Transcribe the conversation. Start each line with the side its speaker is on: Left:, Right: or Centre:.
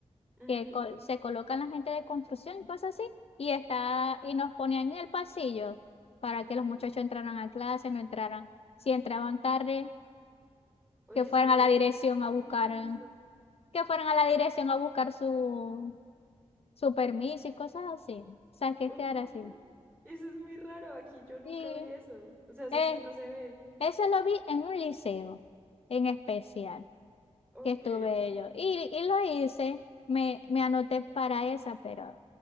Right: Ujú,
Left: que co- se colocan la gente de construcción y cosas así. Y, está, y nos ponían en el pasillo para
Right: ujú.
Left: que los muchachos entraran a clase, no entraran. Si entraban tarde,
Right: Oye,
Left: que fueran
Right: es primera
Left: a la dirección
Right: vez
Left: a
Right: que
Left: buscar,
Right: escucho eso.
Left: que fueran a la dirección a buscar su, su permiso y cosas así. O sea, que
Right: Ok.
Left: quedar así.
Right: Eso es muy raro. Aquí yo nunca
Left: Y
Right: vi eso. O sea, eso
Left: eh,
Right: aquí no se ve.
Left: eso lo vi en un liceo en especial.
Right: Ok.
Left: que estuve yo. Y, y lo hice, me, me anoté para esa, pero